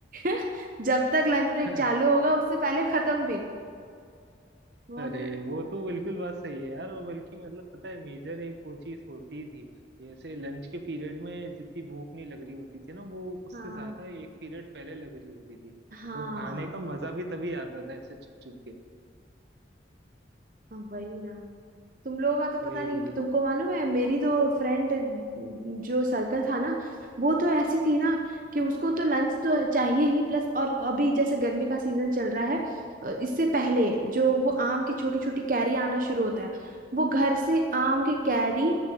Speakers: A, on the right; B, on the right.
A: <laughs> जब तक लंच ब्रेक
B: <laughs>
A: चालू होगा उससे पहले खत्म भी बहुत
B: अरे
A: ही
B: वो तो बिल्कुल बात सही है यार और बल्कि मतलब पता है मेजर एक वो चीज होती थी जैसे लंच के पीरियड में जितनी भूख नहीं लग रही होती थी ना वो उससे
A: हाँ
B: ज्यादा एक पीरियड पहले लग रही होती थी
A: हाँ
B: और खाने का मजा भी तभी आता था ऐसे छुप छुप के
A: हाँ, वही ना। तुम लोगों का तो पता
B: वही
A: नहीं तुमको मालूम है मेरी तो फ्रेंड जो सर्कल था ना वो तो ऐसी थी ना कि उसको तो लंच तो चाहिए ही प्लस और अभी जैसे गर्मी का सीजन चल रहा है अ, इससे पहले जो वो आम की छोटी छोटी कैरी आना शुरू होता है वो घर से आम की कैरी